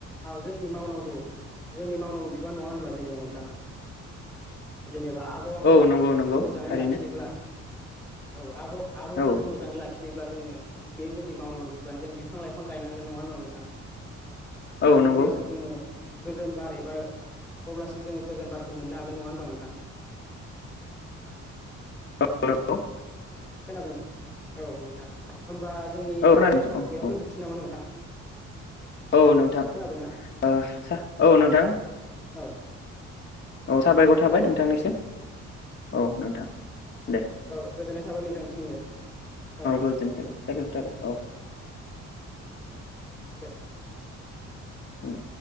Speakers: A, in the centre; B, on the left.
A: जोंनि मावनांगौ जोंनि मावनांगौ बिबान नङा होनबा जेनेबा नोंथां। जेनेबा आबहावाखौ
B: औ नंगौ नंगौ
A: मोजाङै
B: थारैनो
A: लाखिनोब्ला औ आब' आबावाखौ
B: औ
A: जों मोजाङै लाखिनोब्ला जोङो बे जोंनि मावनांगौ बिबान जों बिफां लाइफां गायनांगोन नङा होनोमबा नों थां
B: औ नंगौ
A: अब्लासो
B: औ
A: जोङो गोजोन बार एबा अब्लासो जोङो गोजान बारखौ मोननो हागोन नङा होनबा नोंथां। <inaudible>
B: <unintelligible>
A: खोनादों औ नोंथां होमबा जोंनि
B: औ खोनादों
A: लायरायनाय समखौ बेयावनो
B: नोंथां
A: दोन्थ'सै नामा नोंथां?
B: औ नोंथां
A: खोनादोंना
B: ओ सा औ नोंथां।
A: औ
B: औ साबायखर थाबाय
A: औ
B: नोंथांनिसिम
A: औ
B: औ नोंथां। दे
A: औ गोजोननाय थाबाय नोंथांनिसिमबो। औ
B: गोजोननाय
A: औ
B: थाबाय साबायखर थाबाय औ
A: दे
B: उम